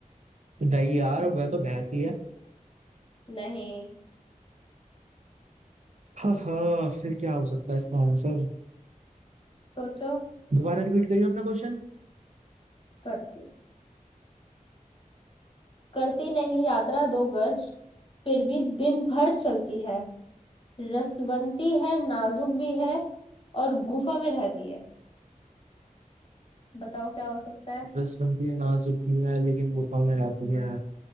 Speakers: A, on the right; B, on the left.
A: नहीं यार वह तो बहती है
B: नहीं
A: हाँ हाँ फिर क्या हो सकता है इसका आंसर
B: सोचो
A: दोबारा रिपीट करिए अपना क्वेश्चन
B: करती करती नहीं यात्रा दो गज फिर भी दिन भर चलती है रसवंती है नाजुक भी है और गुफा में रहती है बताओ क्या हो सकता है
A: बस बनती है नाजुक भी है लेकिन गुफा में रहती है